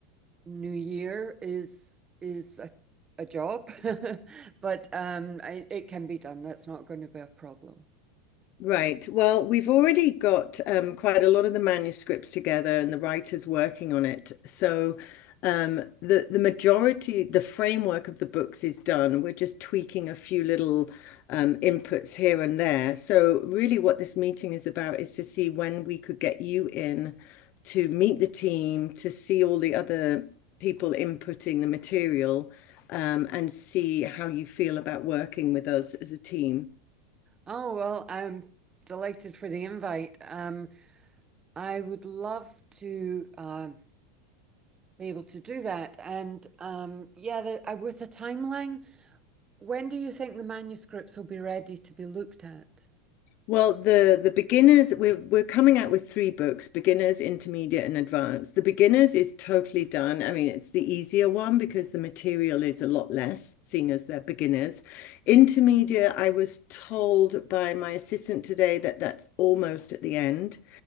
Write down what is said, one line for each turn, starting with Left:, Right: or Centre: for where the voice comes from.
Right: New Year is is a, a job, <laughs> but um, I, it can be done. That's not going to be a problem.
Left: Right. Well, we've already got um, quite a lot of the manuscripts together and the writers working on it. So um, the the majority, the framework of the books is done. We're just tweaking a few little um, inputs here and there. So really, what this meeting is about is to see when we could get you in to meet the team, to see all the other people inputting the material, um, and see how you feel about working with us as a team.
Right: Oh well, I'm delighted for the invite. Um, I would love to um, be able to do that, and um, yeah, the, uh, with a timeline. When do you think the manuscripts will be ready to be looked at?
Left: Well, the the beginners we're we're coming out with three books, beginners, intermediate, and advanced. The beginners is totally done. I mean, it's the easier one because the material is a lot less, seeing as they're beginners. Intermediate, I was told by my assistant today that that's almost at the end.